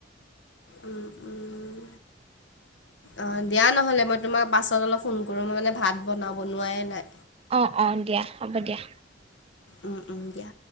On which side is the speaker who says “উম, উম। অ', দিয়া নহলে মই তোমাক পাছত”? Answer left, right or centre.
Left